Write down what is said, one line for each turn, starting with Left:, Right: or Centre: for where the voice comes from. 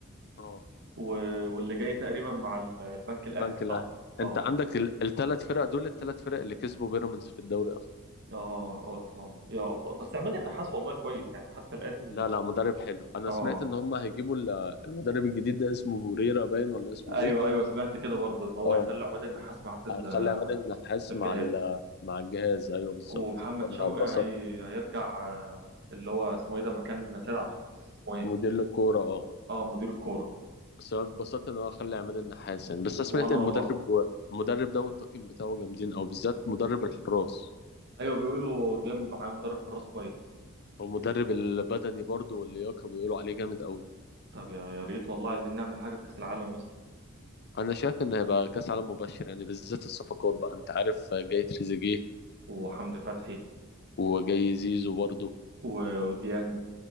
Left: اه
Right: و... واللي جاي تقريبا مع ال- البنك الاهلي
Left: بنك الاهلي
Right: صح؟ اه
Left: انت عندك الثلاث فرق دول الثلاث فرق اللي كسبوا بيراميدز في الدوري اصلا
Right: اه اصلا يا الله بس عماد النحاس والله كويس يعني حتى الان
Left: لا لا مدرب حلو انا
Right: اه
Left: سمعت ان هم هيجيبوا ال- المدرب الجديد ده اسمه فوريرا باين ولا اسمه
Right: ايوه
Left: ايه
Right: ايوه سمعت كده برضه ان هو
Left: اه
Right: هيخلي عماد النحاس معاه في ال-
Left: هيخلي عماد النحاس
Right: في الجهاز
Left: مع ال- مع الجهاز ايوه بالظبط
Right: ومحمد
Left: فانا
Right: شوقي
Left: اتبسطت
Right: هي... هيرجع آه، اللي هو اسمه ايه ده مكان سيد عبد الحفيظ اسمه ايه
Left: مدير للكوره اه
Right: اه مدير الكوره
Left: بس انا اتبسطت ان هو خلى عماد النحاس يعني بس انا سمعت
Right: وانا
Left: ان
Right: والله
Left: المدرب و- المدرب ده والطاقم بتاعه جامدين او بالذات مدرب الحراس
Right: ايوه بيقولوا جاي معاه مدرب حراس كويس
Left: ومدرب البدني برضو واللياقه بيقولوا عليه جامد قوي
Right: طب يا يا ريت والله عايزين نعمل حاجه في كاس العالم يا اسطى
Left: انا شايف ان هيبقى كاس عالم مبشر يعني بالذات الصفقات بقى انت عارف آه، جاي تريزيجيه
Right: وحمدي فتحي
Left: وجاي زيزو برضه
Right: و- وديانج